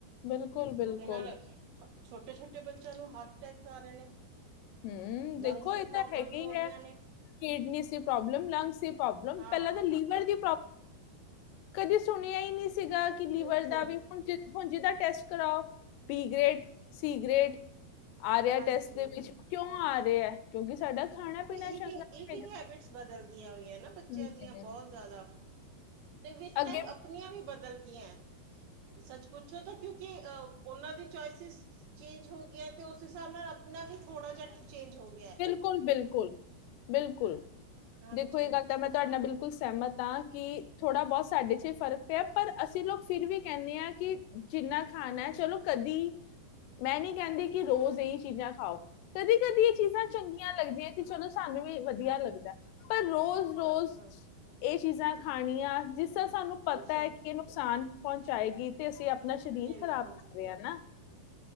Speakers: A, on the left (about 85°); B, on the right (about 70°).
A: ਬਿਲਕੁਲ, ਬਿਲਕੁਲ।
B: ਉਹਦੇ ਨਾਲ ਛੋਟੇ-ਛੋਟੇ ਬੱਚਿਆਂ ਨੂੰ ਹਾਰਟ ਅਟੈਕਸ ਆ ਰਹੇ ਨੇ।
A: ਹੂੰ, ਦੇਖੋ
B: ਲੰਗਸ ਦੀ
A: ਇਹ ਤਾਂ
B: ਪ੍ਰੋਬਲਮਸ
A: ਹੈਗੇ
B: ਹੋ ਰਹੀਆਂ ਨੇ
A: ਕਿਡਨੀ ਦੀ ਪ੍ਰੌਬਲਮ, ਲੰਗਸ ਦੀ ਪ੍ਰੌਬਲਮ,
B: ਹਾਂ
A: ਪਹਿਲਾਂ ਤਾਂ ਲੀਵਰ ਦੀ ਕਦੇ ਸੁਣਿਆ ਈ ਨਹੀਂ ਸੀਗਾ, ਕਿ ਲੀਵਰ
B: ਬਿਲਕੁਲ
A: ਦਾ ਵੀ ਹੁਣ ਹੁਣ ਜਿੱਦਾਂ ਟੈਸਟ ਕਰਾਓ, ਬੀ ਗ੍ਰੇਡ, ਸੀ ਗ੍ਰੇਡ ਆਰਿਆ
B: ਹਾਂਜੀ
A: ਟੈਸਟ ਦੇ ਵਿੱਚ। ਕਿਉਂ ਆ ਰਿਹਾ, ਕਿਉਂਕਿ ਸਾਡਾ ਖਾਣਾ
B: ਕਿਉਂਕਿ
A: ਪੀਣਾ ਚੰਗਾ
B: ਈਟਿੰਗ, ਈਟਿੰਗ
A: ਨਹੀਂ
B: ਹੈਬਿਟਸ ਬਦਲ ਗਈਆਂ ਹੋਈਆਂ ਨਾ ਬੱਚਿਆਂ
A: ਹੈਗਾ
B: ਦੀਆਂ, ਬਹੁਤ ਜ਼ਿਆਦਾ। ਤੇ ਵਿੱਚ
A: ਅੱਗੇ
B: ਟਾਈਮ, ਅਪਣੀਆਂ ਵੀ ਬਦਲ ਗੀਆਂ। ਸੱਚ ਪੁੱਛੋ ਤਾ ਕਿਉਂਕਿ, ਅਹ ਉਹਨਾਂ ਦੀ ਚੌਇਸਿਸ ਚੇਂਜ ਹੋਗਿਆ, ਤੇ ਓਸ ਹਿਸਾਬ ਨਾਲ ਅਪਨਾ ਵੀ ਥੋੜਾ ਜਿਹਾ ਚੇਂਜ ਹੋਗਿਆ।
A: ਬਿਲਕੁਲ-ਬਿਲਕੁਲ, ਬਿਲਕੁਲ,
B: ਹਾਂਜੀ
A: ਦੇਖੋ ਇਹ ਗੱਲ ਤਾਂ ਮੈਂ ਤੁਆਡੇ ਨਾਲ ਬਿਲਕੁਲ ਸੈਮਤ ਆਂ ਕਿ ਥੋੜ੍ਹਾ ਬੋਤ ਸਾਡੇ ਚ ਵੀ ਫਰਕ ਪਿਆ, ਪਰ ਅਸੀਂ ਲੋਕ ਫਿਰ ਵੀ ਕੈਂਦੇ ਆਂ ਕਿ ਜਿਨਾ ਖਾਨੈ ਚਲੋ ਕਦੀ, ਮੈਂ ਨੀ ਕੈਂਦੀ ਕਿ ਰੋਜ਼ ਐਈ ਚੀਜ਼ਾ ਖਾਓ ਕਦੀ-ਕਦੀ ਏ ਚੀਜ਼ਾਂ ਚੰਗੀਆਂ ਲੱਗਦੀਆਂ ਤੇ ਚਲੋ ਸਾਨੂੰ ਵੀ ਵਧੀਆ ਲੱਗਦੈ। ਪਰ ਰੋਜ਼-ਰੋਜ਼
B: <inaudible>
A: ਏ ਚੀਜ਼ਾਂ ਖਾਨੀਆਂ ਜਿਸਦਾ ਸਾਨੂੰ ਪਤਾ
B: ਹੁਣ ਸੁਣ
A: ਏ ਕਿ ਏ ਨੁਕਸਾਨ ਪਹੁੰਚਾਏਗੀ ਤੇ ਅਸੀਂ ਆਪਣਾ ਸਰੀਰ
B: ਬਿਲਕੁਲ
A: ਖ਼ਰਾਬ ਕਰ ਰਏ ਆਂ ਨਾ।